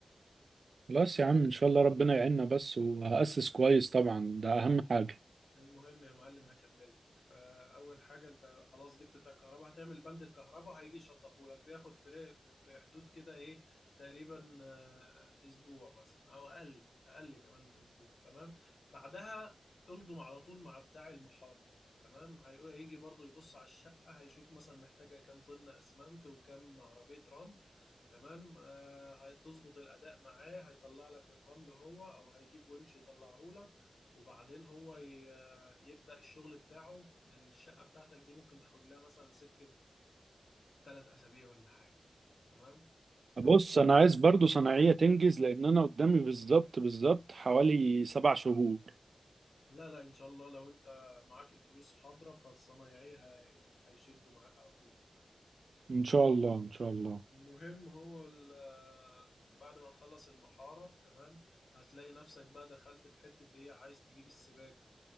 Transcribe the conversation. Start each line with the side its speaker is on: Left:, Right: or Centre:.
Right: <laughs> خلاص يا عم ان شاء الله ربنا يعيننا بس وهأسس كويس طبعا ده اهم حاجه
Left: المهم يا معلم هكملك آه، اول حاجه انت خلاص جبت بتاع الكهرباء هتعمل بند الكهرباء هيجي يشطبهولك بياخد فرق في في حدود كده ايه تقريبا آه، اسبوع مثلا او اقل اقل كمان من اسبوع تمام بعدها الضم على طول مع بتاع المحار تمام هي- هيجي برضو يبص على الشقه هيشوف مثلا محتاجه كام طن اسمنت وكام عربيه رمل تمام آه، هتظبط الاداء معاه هيطلع لك الرمل هو او هيجيب ونش يطلعه لك وبعدين هو ي... يبدأ الشغل بتاعه الشقة بتاعتك دي ممكن تاخد لها مثلا سكة تلات أسابيع ولا حاجة تمام
Right: بص انا عايز برضو صناعيه تنجز لان انا قدامي بالظبط بالظبط حوالي سبع شهور
Left: لا لا إن شاء الله لو أنت معاك الفلوس حاضرة فالصنايعي هي- هيشدوا معاك على طول يعني
Right: ان شاء الله ان شاء الله
Left: المهم هو ال- بعد ما تخلص المحارة تمام هتلاقي نفسك بقى دخلت في حتة ايه عايز تجيب السباك